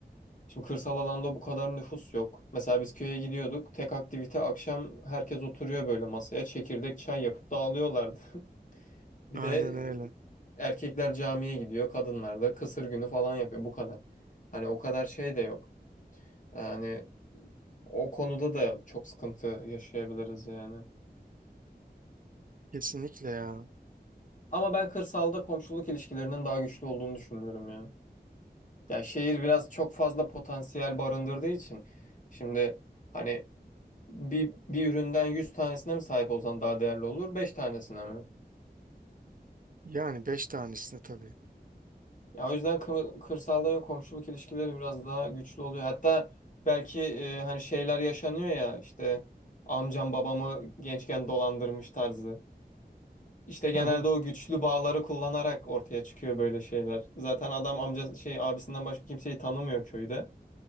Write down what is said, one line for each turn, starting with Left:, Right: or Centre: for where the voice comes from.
Left: Şimdi kırsal alanda bu kadar nüfus yok. Mesela biz köye gidiyorduk. Tek aktivite akşam herkes oturuyor böyle masaya. Çekirdek çay yapıp dağılıyorlardı. <laughs> Bir
Right: Aynen
Left: de
Right: öyle.
Left: e, erkekler camiye gidiyor. Kadınlar da kısır günü falan yapıyor. Bu kadar. Hani o kadar şey de yok. Yani o konuda da çok sıkıntı yaşayabiliriz yani.
Right: Kesinlikle ya.
Left: Ama ben kırsalda komşuluk ilişkilerinin daha güçlü olduğunu düşünüyorum ya. Yani şehir biraz çok fazla potansiyel barındırdığı için. Şimdi hani bir, bir üründen 100 tanesine mi sahip olsan daha değerli olur, 5 tanesine mi?
Right: Yani beş tanesine tabii.
Left: Ya o yüzden kı- kırsalda komşuluk ilişkileri biraz daha güçlü oluyor. Hatta belki e, hani şeyler yaşanıyor ya işte amcam babamı gençken dolandırmış tarzı. İşte genelde
Right: <laughs>
Left: o güçlü bağları kullanarak ortaya çıkıyor böyle şeyler. Zaten adam amca şey abisinden başka kimseyi tanımıyor köyde.